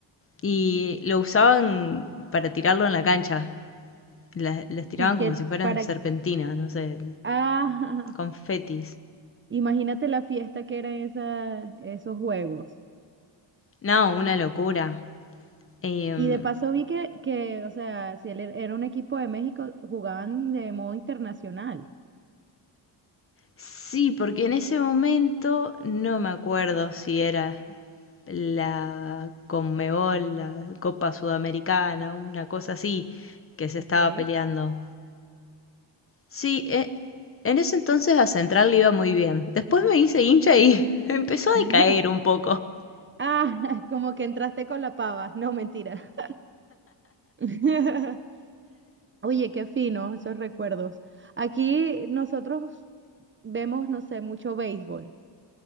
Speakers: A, on the left; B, on the right.
A: y lo usaban para tirarlo en la cancha. Las, las tiraban
B: Y que
A: como si fueran
B: para...
A: serpentinas,
B: qué-
A: no sé,
B: Ah,
A: confetis.
B: <laughs> imagínate la fiesta que eran esa, esos juegos.
A: No, una locura. Em,
B: Y de paso vi que, que, o sea, si él er- era un equipo de México, jugaban de modo internacional.
A: sí, porque en ese momento no me acuerdo si era la Conmebol, la Copa Sudamericana, una cosa así, que se
B: Ok.
A: estaba peleando. Sí, e- en ese entonces a Central le iba muy bien. Después me hice hincha y <laughs> empezó a
B: <laughs>
A: decaer un poco.
B: Ah, <laughs> como que entraste con la pava. No, mentira. <laughs> Oye, qué fino esos recuerdos. Aquí nosotros vemos, no sé, mucho béisbol.